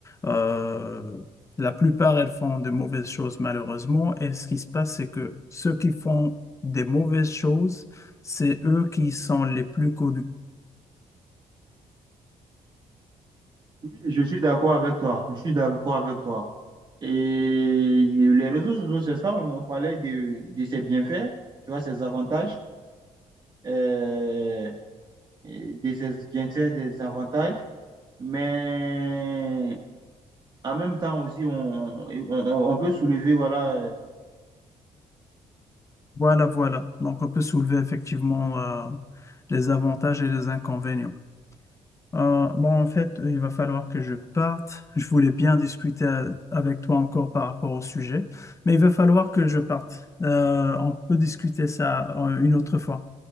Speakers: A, on the left; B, on the right.
A: euh, la plupart, elles font de mauvaises choses, malheureusement. Et ce qui se passe, c'est que ceux qui font des mauvaises choses, c'est eux qui sont les plus connus.
B: Oui, je suis d'accord avec toi. Je suis d'accord avec toi. Et les réseaux sociaux, c'est ça, on, on parlait de, de ses bienfaits, tu vois, ses avantages, euh, et de ses bienfaits, des avantages. Mais en même temps aussi, on, on, on peut soulever, voilà. euh,
A: Voilà, voilà. Donc, on peut soulever effectivement euh, les avantages et les inconvénients. Euh, bon, en fait, il va falloir que je parte. Je voulais bien discuter euh, avec toi encore par rapport au sujet, mais il va falloir que je parte. Euh, on peut discuter ça euh, une autre fois.